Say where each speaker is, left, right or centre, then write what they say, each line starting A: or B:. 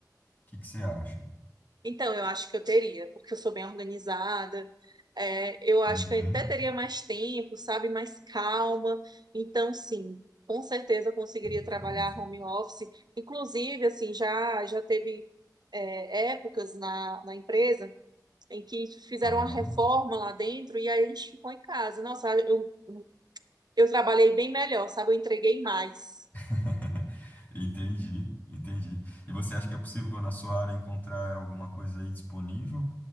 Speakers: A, on the left (about 25°); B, on the right (about 70°).
A: que que você acha?
B: Então, eu acho que eu teria, porque eu sou bem organizada. É, eu acho
A: Uhum,
B: que eu até teria mais tempo, sabe? Mais calma. Então, sim, com certeza eu conseguiria
A: entendo.
B: trabalhar home office. Inclusive, assim, já, já teve, é, épocas na, na empresa em que fizeram
A: Aham.
B: uma reforma lá dentro e aí a gente ficou em casa. Nossa, eu, eu trabalhei bem melhor, sabe? Eu entreguei mais.
A: <laughs> Entendi, entendi. E você acha que é possível na sua área encontrar alguma coisa aí disponível